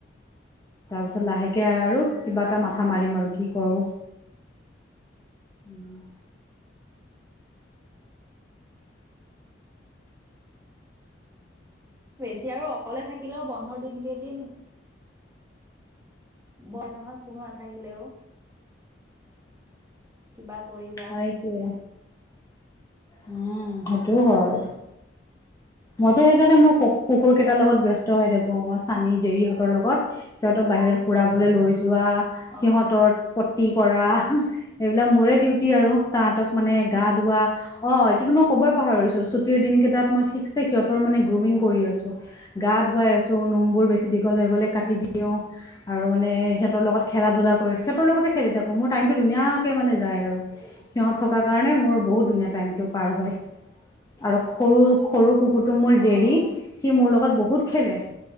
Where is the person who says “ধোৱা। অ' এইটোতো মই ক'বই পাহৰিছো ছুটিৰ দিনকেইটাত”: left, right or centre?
Left